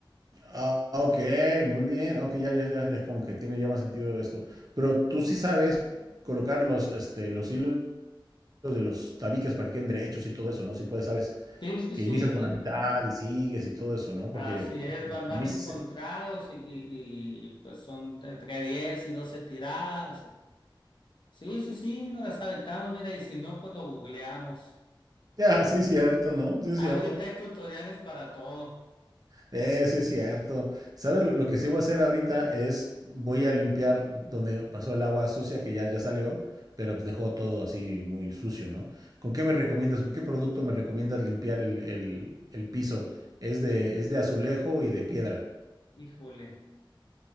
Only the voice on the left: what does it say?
Sí, sí,
sí.
Así
es,
van, van
encontrados
y, y- y, pues son entre 10 y 12 tiradas. Sí, sí, sí, nos las aventamos, mira, y si no, pues lo googleamos.
Ahorita
hay tutoriales para todo.
Híjole.